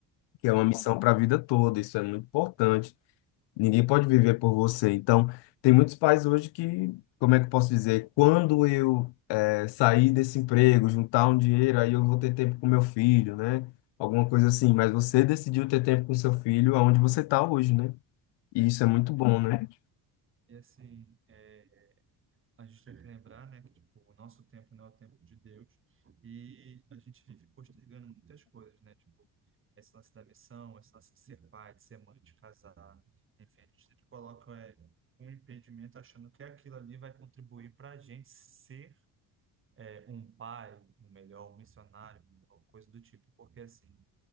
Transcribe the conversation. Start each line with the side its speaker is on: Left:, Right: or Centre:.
Left: Que é uma missão para a vida toda, isso é muito importante. Ninguém pode viver por você. Então, tem muitos pais hoje que, como é que eu posso dizer? Quando eu eh, sair desse emprego, juntar um dinheiro, aí eu vou ter tempo com meu filho, né? Alguma coisa assim. Mas você decidiu ter tempo com seu filho aonde você está hoje, né? E isso é muito bom,
Right: gente.
Left: né?
Right: E assim, é, a gente tem que lembrar, né, que tipo, o nosso tempo não é o tempo de Deus e a gente vive postergando muitas coisas, né? Tipo, esse lance da missão, esse lance de ser pai, de ser mãe, de casar, enfim, a gente sempre coloca é, um impedimento achando que aquilo ali vai contribuir para a gente ser é, um pai, um melhor, um missionário, ou coisa do tipo, porque assim.